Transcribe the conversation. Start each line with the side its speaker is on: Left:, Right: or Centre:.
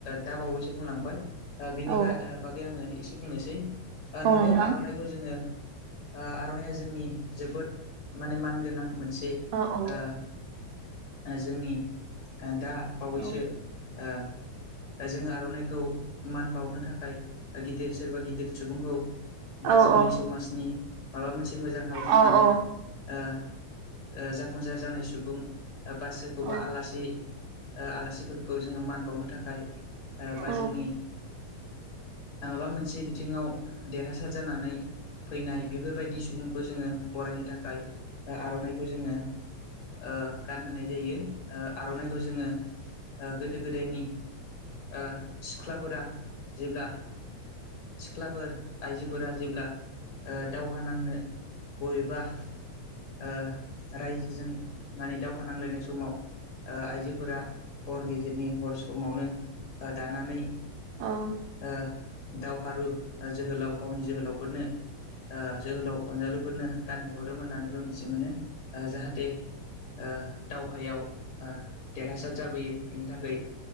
Left: दा बावैसो बुंलांबाय। बिनि
Right: औ
Left: बा बागै आङो एसे बुंनोसै
Right: औ
Left: नोंगौ
Right: नोंथां
Left: आर'नाइखौ जोङो आर'नाइया जोंनि जोबोद माने मानगोनां। मोनसे
Right: औ औ
Left: ओ जोंनि दा बावैसो
Right: औ
Left: ओ जोङो आर'नाइखौ मान बावनो थाखाय गिदिर सोरबा गिदिर सुबुंखौ बा
Right: औ
Left: जोंनि
Right: औ
Left: समाजनि माबा मोनसे मोजां हाबा मावनानै
Right: औ
Left: जाफुंसार जानाय सुबुं बा सोरखौबा
Right: औ
Left: आलासि आलासिफोरखौ जोङो मान बावनो थाखाय बा
Right: औ
Left: जोंनि माबा मोनसे बिथिङाव देरहासार जानानै फैनाय बेफोरबायदि सुबुंखौ जोङो बरायनो थाखाय आर'नाइखौ जोङो ओ गानहोनाय जायो आर'नाइखौ जोङो गोदो गोदायनि ओ सिख्लाफोरा जेब्ला सिख्लाफोर आइजोफोरा जेब्ला ओ दावहा नांनो बबेबा ओ रायजोजों माने दावहा नांलायनाय समाव आइजोफोरा हर गेजेरनि हर समावनो दानानै
Right: औ
Left: ओ दावहारु जोहोलाव गावनि जोहोलावफोरनो जोहोलाव अनजालु नो गानहो हरोम होननानैबो मिथि मोनो जाहाथे ओ दावहायाव देरहासार जाबोयो बेनि थाखाय